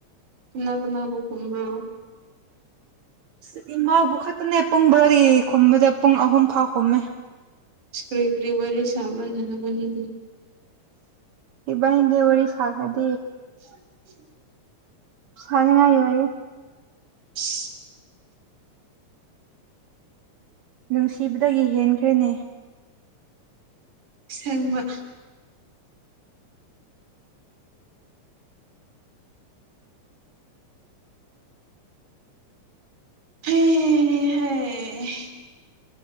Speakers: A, on the right; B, on the right.
A: ꯀꯅꯥ ꯀꯅꯥꯕꯨ ꯀꯨꯝꯕ
B: ꯑꯁ ꯏꯃꯥꯕꯨ ꯈꯛꯇꯅꯦ ꯄꯨꯡ ꯕꯔꯥꯗꯤ ꯈꯨꯝꯕꯗ ꯄꯨꯡ ꯑꯍꯨꯝ ꯐꯥꯎ ꯈꯨꯝꯃꯦ꯫
A: ꯁꯀ꯭ꯔꯤ ꯀ꯭ꯔꯤ ꯋꯥꯔꯤꯔꯤ ꯁꯥꯕꯅꯅꯒꯅꯤꯦ
B: ꯏꯕꯥ ꯍꯗꯤꯦ ꯋꯥꯔꯤꯔꯤ ꯁꯥ ꯈꯗ
A: <inaudible>
B: <unintelligible>
A: <inaudible>
B: ꯅꯨꯡꯁꯤꯕꯗꯒꯤ ꯍꯦꯟ ꯇ꯭ꯔꯦꯅꯦ
A: ꯁꯦꯡꯕ ꯍꯩ ꯍꯩ ꯍꯩ